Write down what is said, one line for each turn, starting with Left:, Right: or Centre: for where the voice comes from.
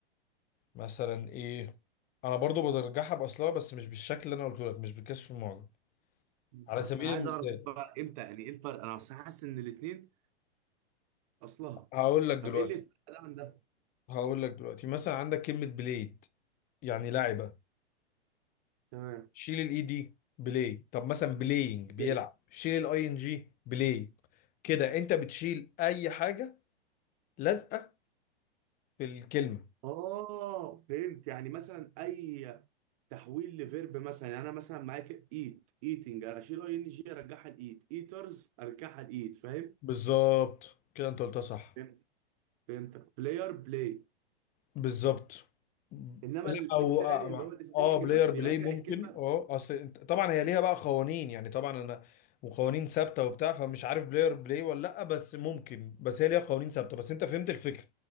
Left: مثلا ايه انا برضو برجعها باصلها بس مش بالشكل اللي انا قلته لك مش بالكشف المعجم
Right: بالظبط
Left: على سبيل
Right: انا
Left: المثال
Right: عايز اعرف بقى امتى يعني ايه الفرق انا أصل حاسس ان الاثنين اصلها
Left: هقول لك دلوقتي
Right: طب ايه اللي يفرق ده عن ده
Left: هقول لك دلوقتي مثلا عندك كلمه بليد يعني لاعب
Right: تمام
Left: شيل الاي دي بلاي طب مثلا بلاينج بيلعب
Right: ليه
Left: شيل الاي ان جي بلاي كده انت بتشيل اي حاجه لازقه في الكلمه
Right: اه فهمت يعني مثلا اي تحويل لفيرب مثلا يعني انا مثلا معاك ايت ايتنج اشيل اي ان جي ارجعها لايت ايترز ارجعها لايت فاهم
Left: بالظبط كده انت قلتها صح
Right: فهمت فهمتك بلاير بلاي
Left: بالظبط
Right: انما
Left: لا
Right: ال-
Left: او
Right: التاني
Left: اه
Right: اللي هو الاستيمنج
Left: آه، بلاير
Right: ده بيرجع
Left: بلاي ممكن
Right: الكلمه
Left: اه اصل انت طبعا هي ليها بقى قوانين يعني طبعا انا وقوانين ثابته وبتاع فمش عارف بلاير بلاي ولا لا بس ممكن بس هي ليها قوانين ثابته بس انت فهمت الفكره